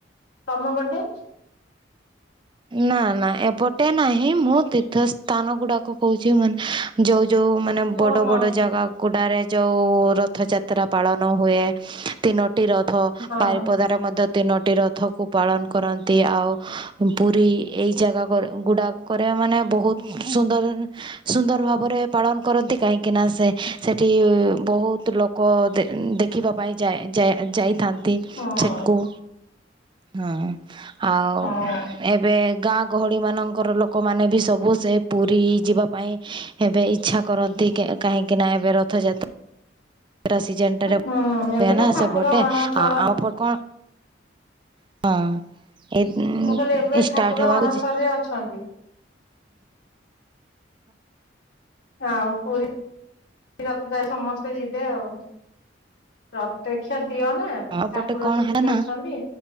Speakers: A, on the left; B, on the right.
A: ତମ ପଟେ?
B: ନା ନା ଏପଟେ ନାହିଁ ମୁଁ ତୀର୍ଥ ସ୍ଥାନ ଗୁଡାକ କହୁଛି ମାନେ ଯୋଉ ଯୋଉ ମାନେ ବଡ଼
A: ଓହୋ ହଁ
B: ବଡ଼ ଜାଗା ଗୁଡ଼ାରେ ଯୋଉ ରଥଯାତ୍ରା ପାଳନ ହୁଏ ତିନୋ ଟି ରଥ ବାରିପଦାରେ
A: ହଁ।
B: ମଧ୍ୟ ତିନୋଟି ରଥକୁ ପାଳନ କରନ୍ତି, ଆଉ ପୁରୀ ଏଇ ଜାଗା ଗ ଗୁଡ଼ା କରେ ମାନେ ବହୁତ୍ ସୁନ୍ଦର୍ ସୁନ୍ଦର୍ ଭାବରେ ପାଳନ କରନ୍ତି। କାହିଁକିନା ସେ ସେଠି ବହୁତ୍ ଲୋକ ଦେ ଦେଖିବା ପାଇଁ ଯା ଯା ଯାଇଥାନ୍ତି
A: ହଁ
B: ସେଟ୍ କୁ। ହଁ ଆଉ
A: ହଁ
B: ଏବେ ଗାଁ ଗହଳିମାନଙ୍କର ଲୋକମାନେ ବି ସବୁ ସେ ପୁରୀ ଯିବା ପାଇଁ ଏବେ ଇଚ୍ଛା କରନ୍ତି କାହିଁକିନା ଏବେ ରଥଯାତ ତ୍ରା ସିଜନ୍ ଟାରେ ହୁଏ
A: ହୁଁ ଏବେ ତ
B: ନା
A: ଠାକୁର
B: ସେପଟେ
A: ଅଣସର
B: ଆ <unintelligible> କଣ ହଁ <unintelligible>
A: ମୁଁ କହିଲି ଏବେ ଠାକୁର
B: ଷ୍ଟାର୍ଟ ହବାକୁ
A: ଅଣସରରେ ଅଛନ୍ତି। ଆଉ ପୁରୀ ରଥ <unintelligible> ସମସ୍ତେ ଯିବେ ଆଉ ପ୍ରତ୍ୟକ୍ଷ ଦିଅଁ ନା।
B: ଆମ
A: ଠାକୁର
B: ପଟେ କଣ
A: ସେଠି
B: ହେଲା ନା
A: ଅଛନ୍ତି।